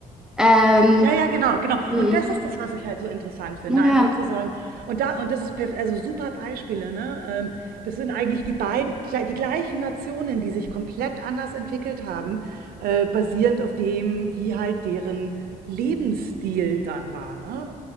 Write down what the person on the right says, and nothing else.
Ja, ja, genau, genau.
Und das ist das, was ich halt so interessant finde,
einfach zu sagen. Und da und das ist perf- also super Beispiele, ne? Ähm, das sind eigentlich die beiden gle- die gleichen Nationen, die sich komplett anders entwickelt haben, äh, basierend auf dem, wie halt deren Lebensstil dann war, ne?